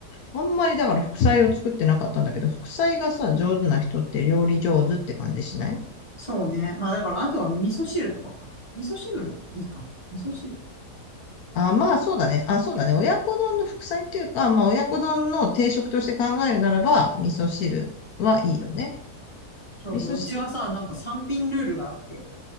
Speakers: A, on the left (about 75°); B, on the left (about 20°).
A: あんまりだから副菜を作ってなかったんだけど、副菜がさ、上手な人って料理上手って感じしない
B: そうね。まあだから、あとは味噌汁とかか。味噌汁いいか。味噌汁。
A: あ、まあそうだね。あ、そうだね。親子丼の副菜っていうか、まあ親子丼の定食として考えるならば、味噌汁はいいよね。
B: そうそう。
A: 味噌汁、
B: うちはさ、なんか3品ルールがあって、